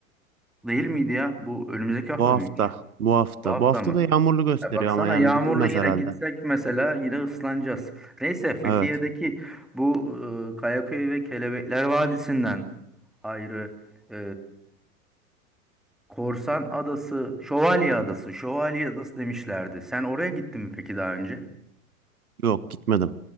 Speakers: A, in the centre; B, on the right (about 75°).
A: Değil miydi ya? Bu önümüzdeki hafta
B: Bu hafta,
A: mıymış?
B: bu hafta.
A: Bu hafta
B: Bu hafta
A: mı?
B: da yağmurlu gösteriyor
A: Ya baksana
B: ama yani
A: yağmurlu
B: gidilmez
A: yine
B: herhalde.
A: gitsek mesela yine ıslanacağız. Neyse Fethiye'deki
B: Evet,
A: bu e, Kayaköy ve Kelebekler Vadisi'nden ayrı e, Korsan Adası, Şövalye Adası, Şövalye Adası demişlerdi. Sen oraya gittin mi peki daha önce?
B: yok gitmedim.